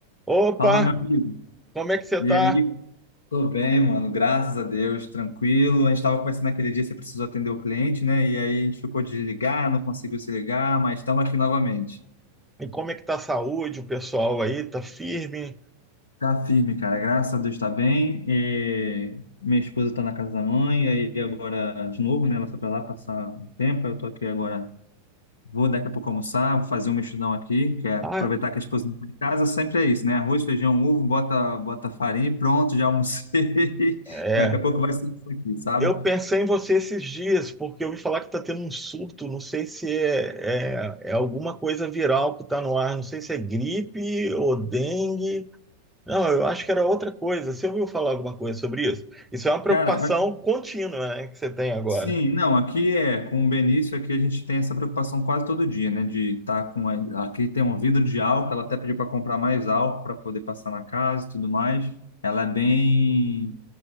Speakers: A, in the centre; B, on the left.
A: Opa,
B: Fala, meu amigo.
A: como é que você
B: E
A: tá?
B: aí? Tô bem, mano. Graças a Deus, tranquilo. A gente tava conversando naquele dia, você precisou atender o cliente, né? E aí a gente ficou de ligar, não conseguiu se ligar, mas estamos aqui novamente.
A: E como é que tá a saúde? O pessoal aí tá firme?
B: Tá firme, cara. Graças a Deus tá bem. E minha esposa tá na casa da mãe, e aí agora de novo, né? Ela foi pra lá passar um tempo, eu tô aqui agora Vou daqui a pouco almoçar, vou fazer um mexidão aqui, que é aproveitar
A: Ah,
B: que a esposa não está em casa, sempre é isso, né? Arroz, feijão, ovo, bota, bota farinha e pronto, já almocei.
A: é.
B: <laughs> Daqui a pouco vai ser isso aqui, sabe?
A: Eu pensei em você esses dias, porque eu ouvi falar que tá tendo um surto, não sei se é, é, é alguma coisa viral que tá no ar, não sei se é gripe ou dengue. Não, eu acho que era outra coisa. Você ouviu falar alguma coisa sobre isso? Isso é uma preocupação
B: Cara, a-
A: contínua, né, que você tem agora.
B: sim, não, aqui é, com o Benício, aqui a gente tem essa preocupação quase todo dia, né? De estar com. a- Aqui tem um vidro de álcool, ela até pediu para comprar mais álcool para poder passar na casa e tudo mais. Ela é bem.